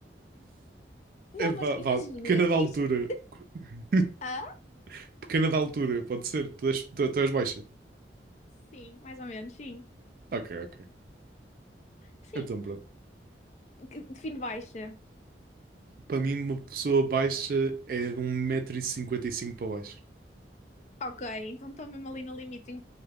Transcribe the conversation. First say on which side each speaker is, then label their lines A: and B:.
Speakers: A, on the left (about 40°); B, on the right (about 50°).
A: Não,
B: É, vá,
A: mas
B: vá,
A: imagina,
B: pequena da altura.
A: isto.
B: <laughs>
A: Ah?
B: Pequena da altura, pode ser. Tu és, tu, tu és baixa.
A: Sim, mais ou menos, sim.
B: Ok, ok.
A: Sim,
B: Então, pronto.
A: que- define baixa.
B: Para mim, uma pessoa baixa é de um metro e cinquenta e cinco para baixo.
A: Ok, então estou mesmo ali no limite.